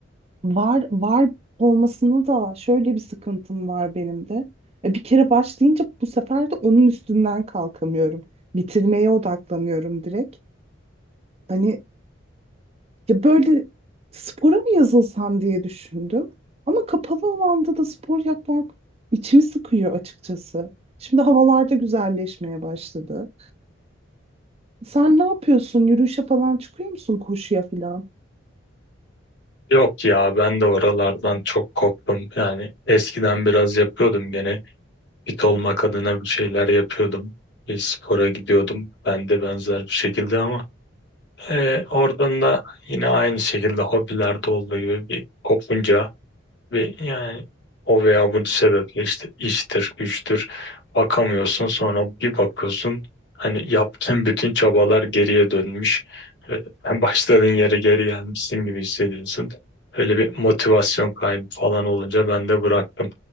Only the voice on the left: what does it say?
Yok ya ben de oralardan çok koptum. Yani eskiden biraz yapıyordum gene. fit olmak adına bir şeyler yapıyordum. Bir spora gidiyordum. Ben de benzer bir şekilde ama e, oradan da yine aynı şekilde hobilerde olduğu gibi bir kopunca ve yani o veya bu sebeple işte iştir, güçtür bakamıyorsun. Sonra bir bakıyorsun hani yaptığın bütün çabalar geriye dönmüş. Ee, Hem <laughs> başladığın yere geri gelmişsin gibi hissediyorsun. Öyle bir motivasyon kaybı falan olunca ben de bıraktım.